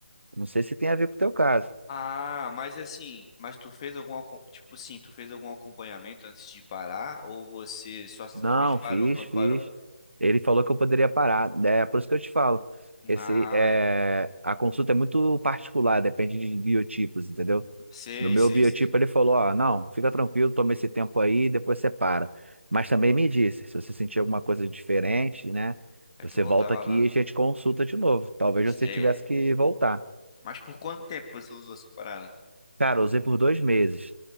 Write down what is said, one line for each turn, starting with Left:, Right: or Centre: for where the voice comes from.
Right: Não sei se tem a ver com o teu caso.
Left: Ah, mas assim, mas tu fez algum, acom- tipo assim, tu fez algum acompanhamento antes de parar ou você só simplesmente
Right: Não,
Left: parou
Right: fiz,
Left: quando
Right: fiz.
Left: parou?
Right: Ele falou que eu poderia parar. É por isso que eu te falo. Esse,
Left: Ah,
Right: é,
Left: entendi.
Right: a consulta é muito particular, depende de biotipos, entendeu?
Left: Sei,
Right: No meu
Left: sei,
Right: biotipo,
Left: sei.
Right: ele falou: Ó, não, fica tranquilo, toma esse tempo aí, depois você para. Mas também me disse: se você sentir alguma coisa diferente, né?
Left: Aí
Right: Você
Left: tu voltava
Right: volta aqui
Left: lá.
Right: e a gente consulta de novo. Talvez
Left: Sei.
Right: você tivesse que voltar.
Left: Mas por quanto tempo você usou essa parada?
Right: Cara, eu usei por dois meses.